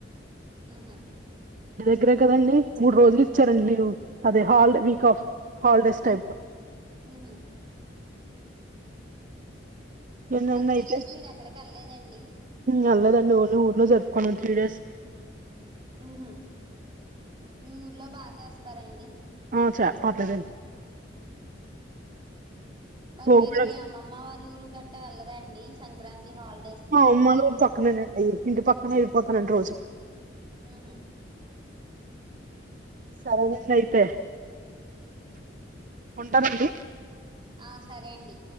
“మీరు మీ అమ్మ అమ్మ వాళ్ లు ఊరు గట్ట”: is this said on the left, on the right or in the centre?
Right